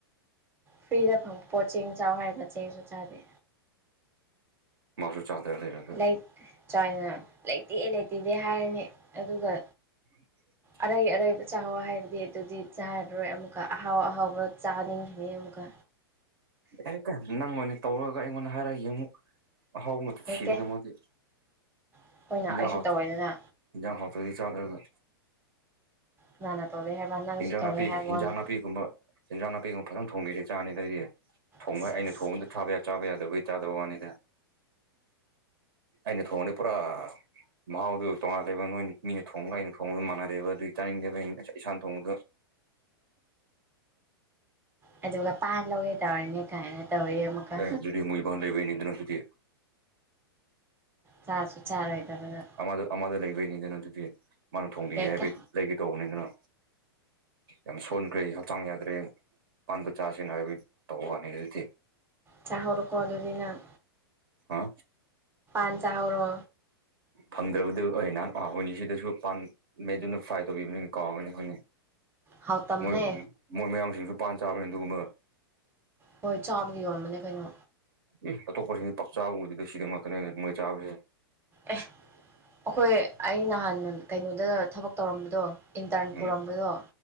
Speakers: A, on the right (about 15°); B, on the right (about 65°).
A: ꯐ꯭ꯔꯤꯗ ꯐꯪꯕꯄꯣ ꯆꯦꯡ ꯆꯥꯎ ꯍꯥꯏꯔꯒ ꯆꯦꯡꯁꯨ ꯆꯥꯗꯦ
B: ꯃꯥꯁꯨꯨ ꯆꯥꯗ ꯂꯩꯔꯦ
A: ꯂꯩ ꯆꯥꯏꯅ ꯂꯩꯇꯦ ꯂꯩꯇꯦꯗꯦ ꯍꯥꯏꯔꯅꯤ ꯑꯗꯨꯒ
B: ꯎ <inaudible>
A: ꯑꯔꯩ ꯑꯔꯩꯕ ꯆꯥꯑꯣ ꯍꯥꯏꯕꯗꯤ ꯑꯗꯨꯗꯤ ꯆꯥꯔꯔꯣꯏ ꯑꯃꯨꯛꯀ ꯑꯍꯥꯎ ꯑꯍꯥꯎꯕ ꯆꯥꯅꯤꯡꯈꯤꯕꯅꯤ ꯑꯃꯨꯛꯀ
B: ꯑꯦ ꯀ ꯅꯪ ꯑꯣꯏꯅ ꯇꯧꯔꯒ ꯑꯩꯉꯣꯟꯗ ꯍꯥꯏꯔꯛꯒ ꯌꯦꯡꯉꯨꯛ ꯍꯥꯎ ꯃ
A: ꯍꯦ
B: ꯊꯤꯔꯒ
A: ꯀꯦ
B: ꯃꯗꯤ
A: ꯑꯩꯈꯣꯏꯅ
B: ꯌꯥ
A: ꯑꯩꯁꯨ ꯇꯧꯋꯦꯗꯅ
B: ꯍꯤꯟꯖꯥꯡ ꯍꯥꯎꯇ꯭ꯔꯗꯤ ꯆꯗ꯭ꯔꯒ
A: ꯀꯅꯥꯅ ꯇꯧꯗꯦ ꯍꯥꯏꯕ ꯅꯪꯁꯨ
B: ꯍꯤꯟꯖꯥꯡ
A: ꯇꯧꯋꯦ
B: ꯅꯥꯄꯤꯒꯨꯝꯕ
A: ꯍꯥꯏꯕ
B: ꯍꯤꯟꯖꯥꯡ
A: ꯋꯥꯅꯤ
B: ꯅꯥꯄꯤꯒꯨꯝꯕ ꯍꯤꯟꯖꯥꯡ ꯅꯥꯄꯤꯒꯨꯝꯕ ꯐꯔꯝ ꯊꯣꯡꯕꯤꯗꯤ ꯆꯥꯅꯤꯗꯩꯗꯤ ꯊꯣꯡꯕ
A: ꯁꯦꯁ
B: ꯑꯩꯅ ꯊꯣꯡꯕꯗ ꯊꯥꯕ ꯆꯥꯕ ꯌꯥꯗꯕꯒꯤ ꯆꯥꯗꯕ ꯋꯥꯅꯤꯗ ꯑꯩꯅ ꯊꯣꯡꯅꯤ ꯄꯨꯔꯥ ꯃꯍꯥꯎꯗꯣ ꯇꯣꯉꯥꯜꯂꯦꯕ ꯅꯣꯏ ꯃꯤꯅ ꯊꯣꯡꯕꯒ ꯑꯩꯅ ꯊꯣꯡꯕꯗ ꯃꯥꯟꯅꯗꯦꯕ ꯑꯗꯨ ꯆꯥꯅꯤꯡꯗꯦꯕ ꯑꯩꯅ ꯏꯁꯥꯅ ꯊꯣꯡꯕꯗꯣ <inaudible> <unintelligible>
A: ꯑ ꯄꯥꯟꯔ ꯂꯧꯒꯦ ꯇꯅꯦ ꯀꯥꯏꯅ <unintelligible> ꯑꯃꯨꯛꯀ
B: ꯑꯦ ꯑꯗꯨꯗꯤ ꯃꯣꯏ ꯏꯕꯥꯟ ꯂꯩꯕꯩꯅꯤ ꯑꯗꯨꯅ ꯑꯗꯨꯗꯤ
A: ꯆꯥꯁꯨ ꯆꯥꯔꯣꯏꯗꯕꯗ
B: ꯑꯃꯗ ꯑꯃꯗ ꯂꯩꯕꯩꯅꯤ ꯀꯩꯅꯣ ꯑꯗꯨꯗꯤ ꯃꯥꯅ ꯊꯣꯡꯕꯤꯒꯦ
A: ꯌꯥꯏ
B: ꯍꯥꯏꯕꯒꯤ
A: ꯀꯦ
B: ꯂꯩꯒꯦ ꯇꯧꯕꯅꯤ ꯑꯗꯨꯅ ꯌꯥꯝ ꯁꯣꯟꯈ꯭ꯔꯦ ꯍꯛꯆꯥꯡ ꯌꯥꯗ꯭ꯔꯦ ꯄꯥꯟꯗꯣ ꯆꯥꯁꯤꯅ ꯍꯥꯏꯕꯩ ꯇꯧꯕ ꯋꯥꯅꯤ ꯑꯗꯨꯗꯤ
A: ꯆꯥꯍꯧꯔꯣꯀꯣ ꯑꯗꯨꯗꯤ ꯅꯪ
B: ꯍꯥ
A: ꯄꯥꯟꯖꯥꯔꯣ
B: ꯐꯪꯗ꯭ꯔꯕꯗꯨ ꯑꯣꯏ ꯅꯍꯥꯟ ꯍꯣꯏꯅꯦ ꯁꯤꯗꯁꯨ ꯄꯥꯝꯃꯦ ꯗꯨꯅ ꯐ꯭ꯔꯥꯏ ꯇꯧꯕꯤꯕꯅꯤꯅ ꯀꯥꯎꯒꯅꯤ ꯍꯣꯏꯅꯦ
A: ꯍꯥꯎꯇꯝꯅꯦ
B: ꯃꯣꯏ ꯃꯣꯏ ꯃꯌꯥꯡꯁꯤꯡꯁꯨ ꯄꯥꯟ ꯆꯥꯕꯅꯤ ꯑꯗꯨꯒꯨꯝꯕ
A: ꯍꯣꯏ ꯆꯥꯕꯒꯤ ꯑꯣꯏꯔꯝꯕꯅꯦ ꯀꯩꯅꯣ
B: ꯑꯦ ꯑꯇꯣꯞꯄ ꯁꯤ ꯄꯥꯛ ꯆꯥꯗ ꯁꯤꯗ ꯉꯛꯇꯅꯦ ꯃꯣꯏ ꯆꯥꯕꯁꯦ
A: ꯑꯦ ꯑꯩꯈꯣꯏ ꯑꯩ ꯅꯍꯥꯟ ꯀꯩꯅꯣꯗ ꯊꯕꯛ ꯇꯧꯔꯝꯕ ꯑꯗꯣ ꯏꯟꯇꯔꯟ
B: ꯎꯝ
A: ꯄꯨꯔꯝꯕꯗꯣ